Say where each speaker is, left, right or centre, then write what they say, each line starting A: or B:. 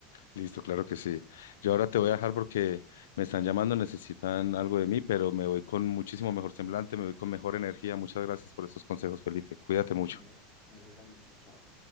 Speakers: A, on the left; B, on the left.
A: Listo, claro que sí. Yo ahora te voy a dejar porque me están llamando, necesitan algo de mí, pero me voy con muchísimo mejor semblante, me voy con mejor energía. Muchas gracias por estos consejos, Felipe. Cuídate mucho.
B: Me ale- me alegra mucho, chao.